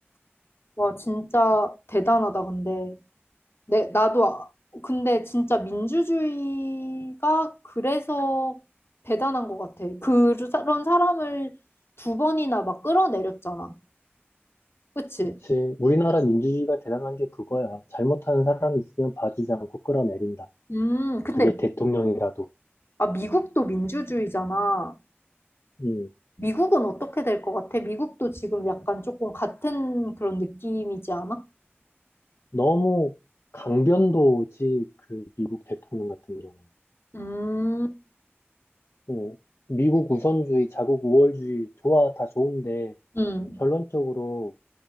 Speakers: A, on the left; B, on the left.
A: 와, 진짜 대단하다, 근데. 내, 나도, 아- 근데 진짜 민주주의가 그래서 대단한 것 같아. 그- 그런 사람을 두 번이나 막 끌어내렸잖아. 그치?
B: 그치. 우리나라 민주주의가 대단한 게 그거야. 잘못하는 사람이 있으면 봐주지 않고 끌어내린다.
A: 음, 근데,
B: 그게 대통령이라도.
A: 아, 미국도 민주주의잖아.
B: 음,
A: 미국은 어떻게 될 것 같아? 미국도 지금 약간 조금 같은 그런 느낌이지 않아?
B: 너무 강변도지 그 미국 대통령 같은 경우.
A: 음,
B: 어, 미국 우선주의, 자국 우월주의 좋아 다 좋은데
A: 음,
B: 결론적으로